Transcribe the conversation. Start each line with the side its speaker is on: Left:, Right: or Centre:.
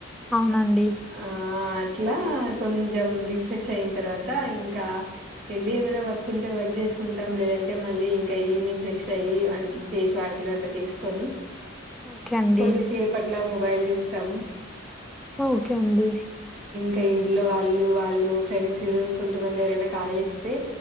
Centre: అవునండి
Right: ఆ ఆ అట్లా కొంచెం రిఫ్రెష్ అయిన తర్వాత ఇంకా వెళ్ళి ఏమైనా వర్క్ కుంటే వర్క్ చేసుకుంటాం లేదంటే మళ్ళీ ఇంకా ఈవినింగ్ ఫ్రెష్ అయ్యి అండ్ ఫేస్ వాష్లు అట్లా చేసుకొని
Centre: ఓకే అండి
Right: కొద్దిసేపట్ల మొబైల్ చూస్తాం
Centre: ఓకే అండీ
Right: ఎ ఇంట్లో వాళ్ళు వాళ్ళు ఫ్రెండ్స్ కొంతమంది ఎవరైనా కాల్ చేస్తే